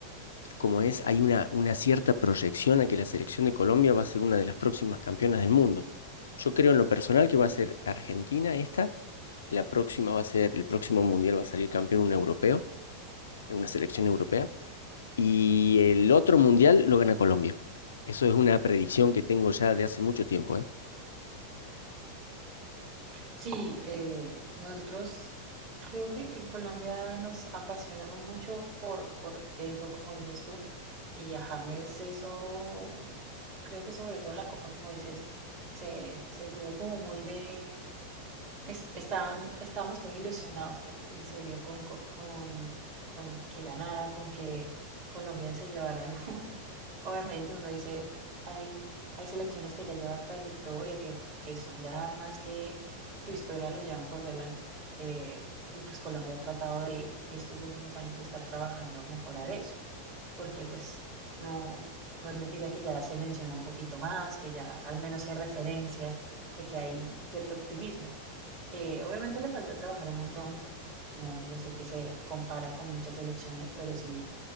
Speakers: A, on the left; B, on the right.
A: como es, hay una, una cierta proyección a que la selección de Colombia va a ser una de las próximas campeonas del mundo. Yo creo en lo personal que va a ser Argentina esta, la próxima va a ser, el próximo mundial va a salir campeón un europeo, eh, una selección europea, y el otro mundial lo gana Colombia. Eso es una predicción que tengo ya de hace mucho tiempo, ¿eh?
B: Sí, eh, nosotros creo que en Colombia nos apasionamos mucho por, por eso, como dices tú, y a James eso, creo que sobre todo en la Copa, como dices, se, se tuvo como muy de, es- estaban, estábamos todos ilusionados, eh, en serio, con, co- con, con que ganara, con que Colombia se llevara algo, <laughs> Obviamente uno dice, hay, hay selecciones que ya llevan trayectoria, que, que son ya más que su historia lo llevan por delante. Eh, y pues Colombia ha tratado de estos últimos años de estar trabajando, mejorar eso, porque pues no, no es mentira que ya se menciona un poquito más, que ya al menos hay referencia de que hay cierto optimismo. Eh, obviamente le falta trabajar un montón, porque pues, no vamos a decir que se compara con muchas selecciones, pero sí